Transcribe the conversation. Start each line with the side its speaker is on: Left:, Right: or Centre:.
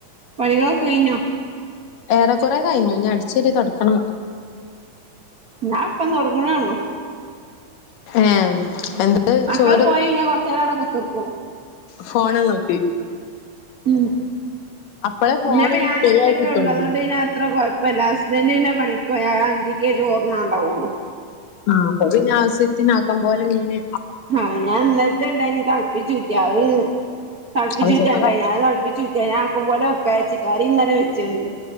Right: പണികളൊക്കെ കഴിഞ്ഞോ
Left: ഏറെ കുറെ കഴിഞ്ഞു ഇനി അടിച്ച് വാരി തൊടക്കണം
Right: ഞാൻ ഇപ്പ തൊടങ്ങ്ണേ ഒള്ളൂ
Left: ഏഹ് എന്റെ
Right: മക്കള്
Left: ചോറ്
Right: പോയി ഇനി കൊറച്ച് നേരം അവടെ കുത്തർക്കും
Left: ഫോണ് നോക്കി
Right: ഉം
Left: അപ്പളേ ഫോണ്
Right: ഇനി ബാൻ
Left: ഫ്രീ
Right: ഒറ്റക്കെ
Left: ആയി കിട്ടുള്ളൂ.
Right: ഉള്ളൂ അതുകൊണ്ട് പിന്നെ അത്ര കൊഴപ്പില്ല ഹസ്ബൻഡ് പിന്നെ പണിക്ക് പോയ അന്തിക്കേ ചോറുണ്ണാൻ ഉണ്ടാവുള്ളു
Left: ആ അപ്പ പിന്നെ ആവശ്യത്തിന് ആക്കാൻ പോലെ മീന്
Right: ആ ഞാൻ ഇന്നലത്തെ ഉണ്ടായിനി തെളപ്പിച്ചൂറ്റി അത് തെളപ്പിച്ച്
Left: അപ്പൊ
Right: ഊറ്റാൻ
Left: ചോറായി.
Right: ഉണ്ടായി ഞാൻ അത് തെളപ്പിച്ചൂറ്റി ഞാൻ ആക്കുമ്പോലെ വെക്കാരിച്ച് കറി ഇന്നലെ വെച്ചുണ്ട്